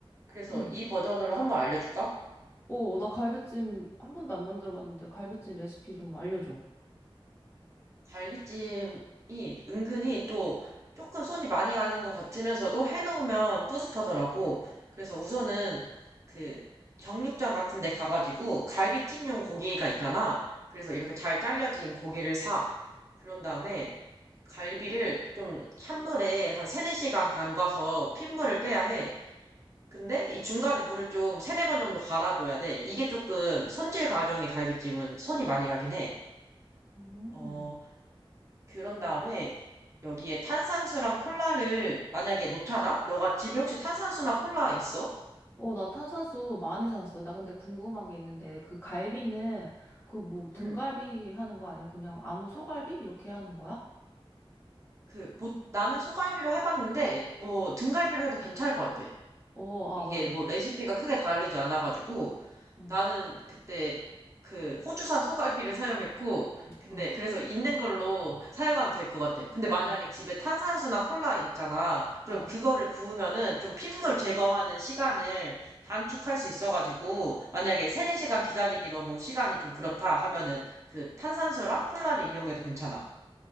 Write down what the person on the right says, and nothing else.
그래서
이 버전으로 한번 알려줄까?
갈비찜이 은근히 또 조금 손이 많이 가는 것 같으면서도 해놓으면 뿌듯하더라고. 그래서 우선은 그 정육점 같은 데 가가지고 갈비찜용 고기가 있잖아. 그래서 이렇게 잘 잘려진 고기를 사. 그런 다음에 갈비를 좀 찬물에 한 3, 4시간 담가서 핏물을 빼야 해. 근데 이 중간에 물을 좀 세네 번 정도 갈아줘야 돼. 이게 조금 손질 과정이 갈비찜은 손이 많이 가긴 해.
어, 그런 다음에 여기에 탄산수랑 콜라를 만약에 놓잖아? 너가 집에 혹시 탄산수나 콜라 있어?
응.
그, 보, 나는 소갈비로 해봤는데, 뭐, 등갈비로 해도 괜찮을 것 같아.
이게
뭐 레시피가 크게 다르지 않아가지고
나는 그때 그 호주산 소갈비를 사용했고 근데
그래서 있는 걸로 사용하면 될 것 같아. 근데 만약에
집에 탄산수나 콜라 있잖아. 그럼
그거를 부으면은 좀 핏물 제거하는 시간을 단축할 수 있어가지고 만약에 세네 시간 기다리기 너무 시간이 좀 그렇다 하면은 그 탄산수랑 콜라를 이용해도 괜찮아.